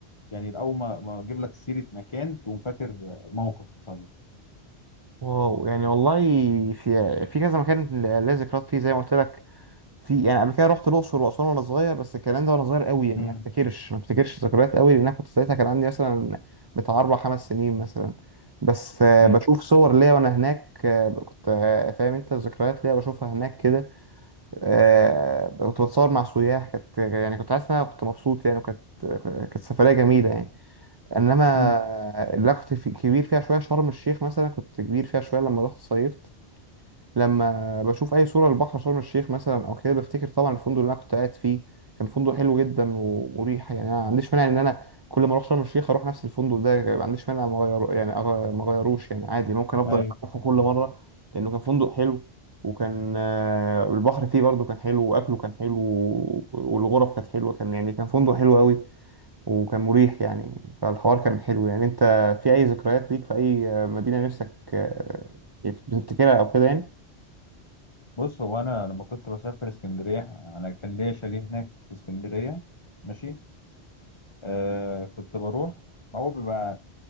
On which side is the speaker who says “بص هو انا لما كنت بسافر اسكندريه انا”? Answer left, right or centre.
Left